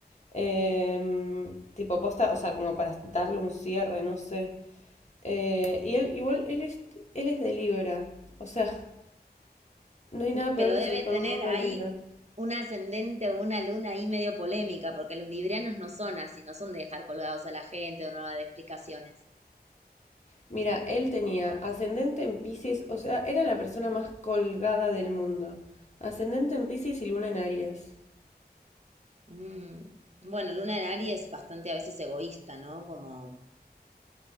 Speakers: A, on the left; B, on the right.
A: Em, tipo posta, o sea, como para darle un cierre, no sé. Eh, y él, igual, él es, él es de Libra, o sea, no hay
B: Y,
A: nada peor
B: pero debe
A: que salir con
B: tener
A: un hombre
B: ahí
A: de Libra.
B: un ascendente o una luna ahí medio polémica, porque los librianos no son así, no son de dejar colgados a la gente o no dar explicaciones.
A: Mira, él tenía ascendente en Piscis, o sea, era la persona más colgada del mundo. Ascendente en Piscis y luna en Aries.
B: Mm. Bueno, luna en Aries es bastante a veces egoísta, ¿no? Como